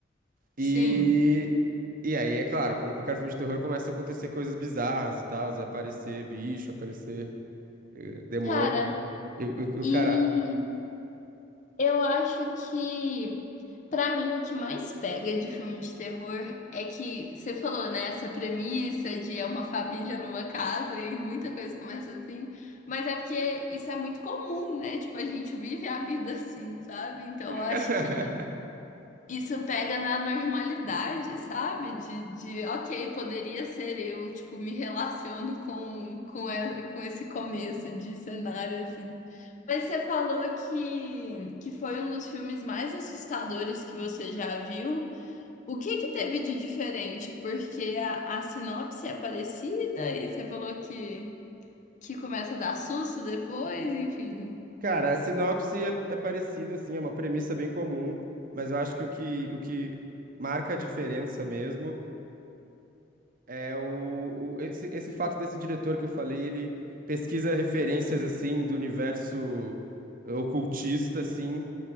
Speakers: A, on the right (about 50°); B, on the left (about 45°).
A: E,
B: sim.
A: e aí, é claro, como qualquer filme de terror, começa a acontecer coisas bizarras e tal, e aparecer bicho, aparecer eh, demônio.
B: Cara,
A: E, o,
B: e
A: o caralho.
B: Eu acho que, pra mim, o que mais pega de filme de terror é que você falou, né, essa premissa de é uma família numa casa e muita coisa começa assim, mas é porque isso é muito comum, né? Tipo, a gente vive a vida assim, sabe? Então,
A: <laughs>
B: eu acho que isso pega na normalidade, sabe? De, de, ok, poderia ser eu, tipo, me relaciono com, com, e- com esse começo de cenário, assim. Mas você falou que, que foi um dos filmes mais assustadores que você já viu. O que que teve de diferente? Porque a, a sinopse é parecida e você falou que, que começa a dar susto depois, enfim.
A: Cara, a sinopse é, é parecida, assim, é uma premissa bem comum, mas eu acho que o que, o que marca a diferença mesmo é o, o- esse, esse fato desse diretor que eu falei, ele pesquisa referências, assim, do universo ocultista, assim,